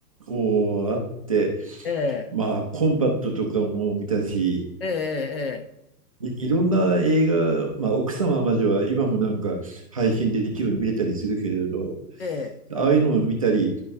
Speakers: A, on the right; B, on the left.
A: 構あって、
B: ええ
A: まあ、コンパクトとかも見たし、
B: えええ
A: い、いろんな映画、まあ、奥様までは今もなんか配信で一部見れたりするけれど、
B: えええ
A: ああいうのも見たり